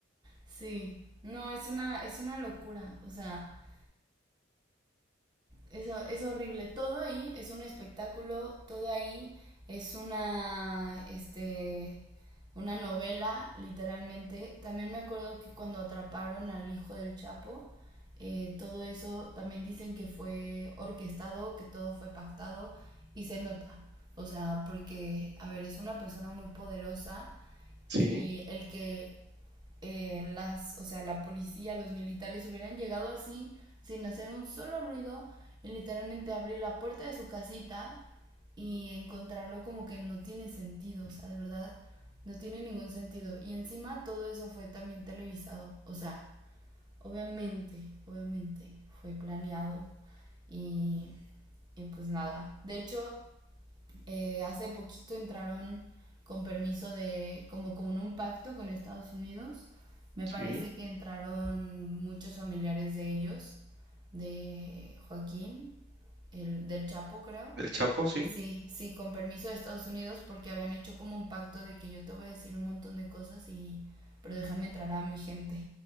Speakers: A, on the right; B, on the right.
A: Sí, no, es una, es una locura. O sea, Eso es horrible. Todo ahí es un espectáculo, todo ahí es una, este, una novela, literalmente. También me acuerdo que cuando atraparon al hijo del Chapo, eh, todo eso también dicen que fue orquestado, que todo fue pactado y se nota. O sea, porque, a ver, es una persona muy poderosa
B: Sí,
A: y el que eh, las, o sea, la policía, los militares hubieran llegado así, sin hacer un solo ruido, y literalmente abrir la puerta de su casita y encontrarlo como que no tiene sentido, o sea, de verdad, no tiene ningún sentido. Y encima todo eso fue también televisado, o sea, obviamente, obviamente, fue planeado y, y pues nada. De hecho, eh, hace poquito entraron con permiso de, como, como en un pacto con Estados Unidos. Me
B: sí.
A: parece que entraron muchos familiares de ellos, de Joaquín, el, del Chapo, creo.
B: El Chapo, sí.
A: Sí, sí, con permiso de Estados Unidos porque habían hecho como un pacto de que yo te voy a decir un montón de cosas y, pero déjame entrar a mi gente.